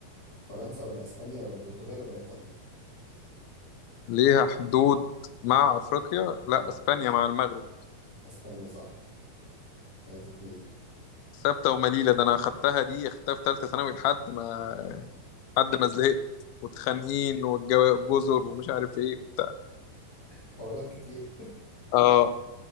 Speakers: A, on the left; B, on the left.
A: فرنسا ولا اسبانيا ولا البرتغال ولا ايطاليا؟
B: ليها حدود مع افريقيا لا
A: اه
B: اسبانيا مع المغرب
A: اسبانيا صح 3 2
B: ثابته ومليله ده انا اخدتها دي اخدتها في ثالثه ثانوي لحد ما لحد ما زهقت واتخانقين والجزر ومش عارف ايه وبتاع
A: حوارات كتير
B: اه